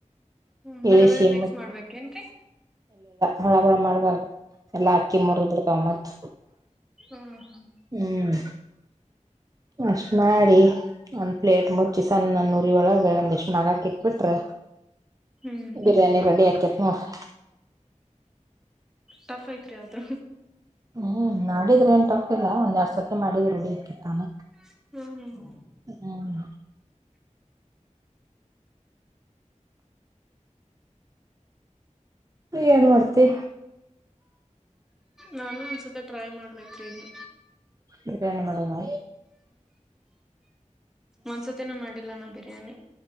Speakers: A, in the centre; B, on the right.
A: ಹ್ಮ್ ಬರೋಬರಿ
B: ಇಳಿಸಿ
A: ಮಿಕ್ಸ್ ಮಾಡ್ಬೇಕೇನ್ರಿ
B: ಹಹ ಮಾಡ್ಬಾರ್ದು ಎಲ್ಲಾ ಅಕ್ಕಿ ಮುರದ ಬಿಡ್ತಾವ ಮತ್
A: ಹ್ಮ್ ಹ್ಮ್
B: ಹ್ಮ್ ಅಷ್ಟ್ ಮಾಡಿ ಒಂದ್ ಪ್ಲೇಟ್ ಮುಚ್ಚಿ ಸಣ್ಣಂದ ಉರಿ ಒಳಗ ಒಂದಿಷ್ಟು ಮಾಡ ಹಾಕಿ ಇಟ್ಟುಬಿಟ್ರೆ
A: ಹ್ಮ್
B: ಬಿರಿಯಾನಿ ರೆಡಿ ಹಾಕಿತೈತಿ ನೋಡ್ರಿ
A: ಟಫ್ ಐತ್ರಿ ಆದು
B: ಹ್ಮ್ ಮಾಡಿದ್ರೆನ್ ಟೂಫ್ ಇಲ್ಲ ಒಂದೆರಡು ಸತಿ ಮಾಡಿದ ರೂಢಿ ಆಕಿತ್ತಾನ
A: ಹ್ಮ್ ಹ್ಮ್
B: ಹ್ಮ್ ಏನ್ ಮಾಡರ್ತಿ
A: ನಾನು ಒಂದ್ಸತಿ ಟ್ರೈ ಮಾಡ್ಬೇಕ್ರೀ ಇದ್ನ
B: ಬಿರಿಯಾನಿ ಮಾಡೋದು
A: ಒಂದ್ಸತಿನೂ ಮಾಡಿಲ್ಲ ನಾ ಬಿರಿಯಾನಿ